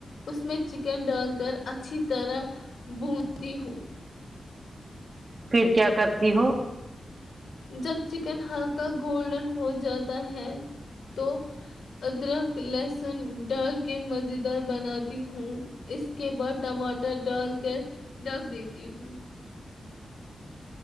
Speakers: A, on the left (about 75°); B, on the right (about 35°).
A: اس میں چکن ڈال کر اچھی طرح بونتی ہوں
B: پھر کیا کرتی ہو
A: جب چکن ہلکا گولڈن ہو جاتا ہے تو ادرک لہسن ڈال کے مزیدار بناتی ہوں اس کے بعد ٹماٹر ڈال کر ڈک دیتی ہوں